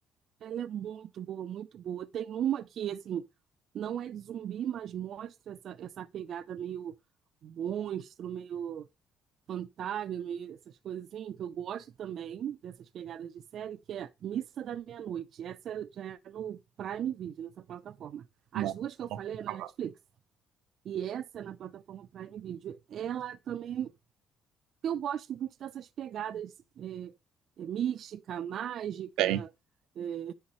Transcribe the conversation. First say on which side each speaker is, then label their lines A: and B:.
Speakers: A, on the right (about 45°); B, on the right (about 80°).
A: Ela é muito boa, muito boa. Tem uma que, assim, não é de zumbi, mas mostra essa, essa pegada meio monstro, meio fantasma, meio essas coisinhas, que eu gosto também dessas pegadas de série, que é Missa da Meia-Noite. Essa já é no Prime Video, nessa plataforma. As
B: Não,
A: duas que eu
B: não vou
A: falei é na
B: falar.
A: Netflix. E essa é na plataforma Prime Video. Ela também... Eu gosto muito dessas pegadas é, é, mística, mágica
B: Tem.
A: é,